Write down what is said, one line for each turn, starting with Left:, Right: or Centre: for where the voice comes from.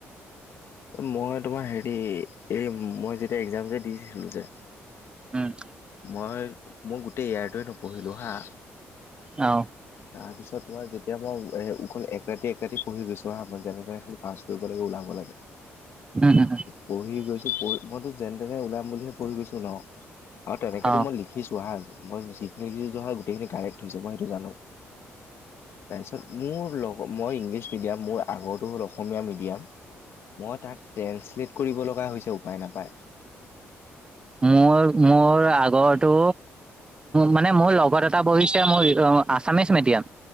Left: এ মই তোমাৰ হেৰি, এই মই যেতিয়া একজাম যে দিছিলো যে
Right: উম
Left: মই, মই গোটেই এয়াৰটোৱে নপঢ়িলোঁ হা
Right: অ
Left: তাৰ পিছত তোমাৰ যেতিয়া মই এ অকল এক ৰাতি এক ৰাতি পঢ়ি গৈছো হা মই যেনে তেনে খালি পাছ কৰিব লাগে, ওলাব লাগে।
Right: উম উম
Left: পঢ়ি-পঢ়ি গৈছো পঢ়ি মইতো যেন তেনে ওলাম বুলিহে পঢ়ি গৈছো ন? আৰু তেনেকেতো
Right: অ
Left: মই লিখিছো হা, মই যিখিনি লিখিছো গোটেইখিনি কাৰেক্ট হৈছে মই সেইটো জানো। তাৰপিছত মোৰ লগ মই ইংলিছ মিডিয়াম মোৰ আগৰটো হ'ল অসমীয়া মিডিয়াম মই তাক ট্ৰেন্ঞ্চলেট কৰিব লগা হৈছে উপায় নাপায়।
Right: মোৰ, মোৰ আগৰটো মানে মোৰ লগত এটা বহিছে মোৰ আছামিচ মিডিয়াম।